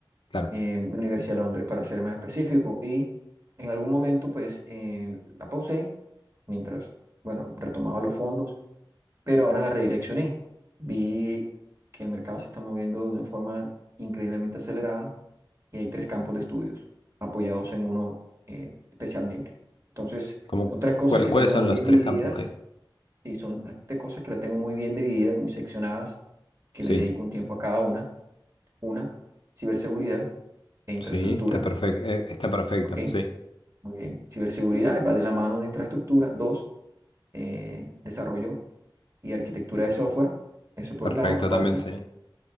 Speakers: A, on the left; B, on the right.
A: Claro.
B: en la Universidad de Londres, para ser más específico, y en algún momento, pues, eh, la pausé mientras, bueno, retomaba los fondos pero ahora la redireccioné. Vi que el mercado se está moviendo de una forma increíblemente acelerada y hay tres campos de estudios apoyados en uno eh, especialmente. Entonces,
A: Como,
B: son tres cosas
A: cuál-
B: que
A: cuáles
B: tengo
A: son
B: muy
A: los
B: bien
A: tres
B: divididas
A: campos que?
B: y son las tres cosas que las tengo muy bien divididas, muy seccionadas, que
A: Sí,
B: le dedico un tiempo a cada una. Una, ciberseguridad e infraestructura,
A: sí, está perfecto, está perfecto,
B: ¿ok?
A: sí.
B: Muy bien. Ciberseguridad va de la mano de infraestructura. Dos, eh, desarrollo y arquitectura de software. Eso por
A: Perfecto
B: un lado, aparte.
A: también, sí.